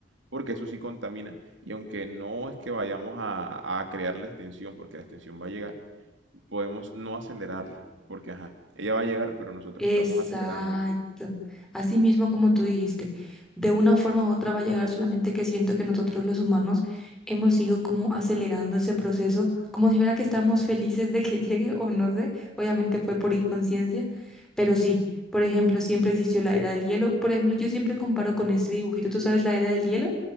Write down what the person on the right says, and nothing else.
Porque eso sí contamina y aunque no es que vayamos a, a crear la extensión, porque la extensión va a llegar, podemos no acelerarla, porque ajá, ella va a llegar, pero nosotros
estamos acelerándola.